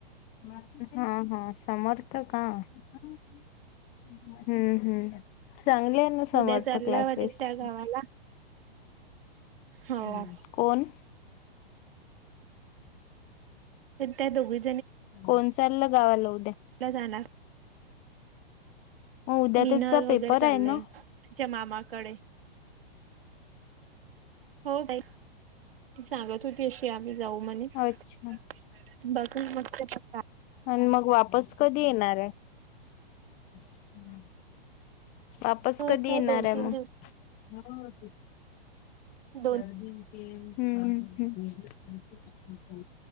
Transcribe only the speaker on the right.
उद्या चालल्या
वाटत त्या गावाला हो
त्या दोघी
त्या जाणार.
मिनल
वगैरे
चाले
तिच्या मामाकडे. हो बाई, सांगत होती अशी आम्ही जाऊ म्हणे <unintelligible>
बघुन मकते प का
हो
काय
दोन तीन
हम्.